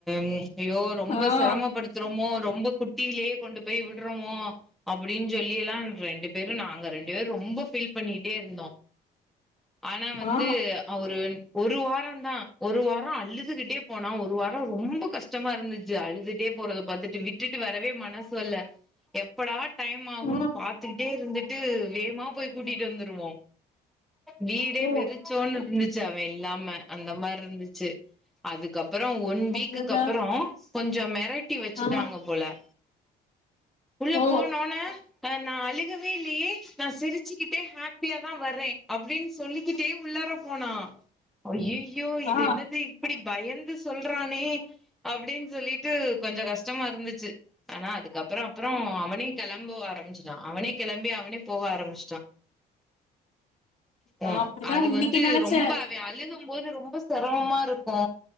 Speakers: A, in the centre; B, on the left.
A: ம் ஐயோ ரொம்ப
B: ஆ
A: செரமப் படுத்துறோமோ ரொம்ப குட்டியிலேயே கொண்டு போய் விட்றோமோ அப்டின் சொல்லில்லா ரெண்டு பேரு நாங்க ரெண்டு பேரு ரொம்போ ஃபீல் பண்ணிட்டே இருந்தோ ஆனா வந்து
B: ஆ
A: அவுரு ஒரு வாரோ தா ஒரு வாரோ அழுதுகிட்டே போனா ஒரு வாரோ ரொம்ப கஷ்டமா இருந்துச்சு அழுதுட்டே போறத பாத்துட்டு விட்டுட்டு வரவே மனசு வல்ல எப்படா டைம் ஆகுன்
B: ஆ
A: பாத்துக்கிட்டே இருந்துட்டு வேமா போய் கூட்டிட்டு வந்துருவோ வீடே
B: ஓ
A: வெறிச்சோன் இருந்துச்சு அவே இல்லாம அந்த மார்ருந்துச்சு அதுக்கப்பறோ ஒன் வீக்குக்கு
B: அவ்ளோதா
A: அப்பறோ கொஞ்சோ மெரட்டி வச்சுட்டாங்க
B: ஆ
A: போல உள்ள
B: ஓ
A: போனோன க நா அழுகவே இல்லயே நா சிரிச்சுக்கிட்டே ஹாப்பியா தா வர்றே அப்டின் சொல்லிக்கிட்டே உள்ளாற போனா ஐய்யய்யோ இது
B: ஆ
A: என்னது இப்டி பயந்து சொல்றானே அப்டின் சொல்லிட்டு கொஞ்சோ கஷ்டமாருந்துச்சு ஆனா அதுக்க அப்பறோ அப்பறோ அவனே கெளம்போ ஆரம்பிச்சுட்டா அவனே கெளம்பி அவனே போக ஆரம்பிச்ட்டா
B: நா
A: ஏ
B: அப்டிதா
A: அது
B: இன்னைக்கு
A: வந்து
B: நெனச்சே
A: ரொம்ப அவே அழுகு போது ரொம்ப செரமமாருக்கு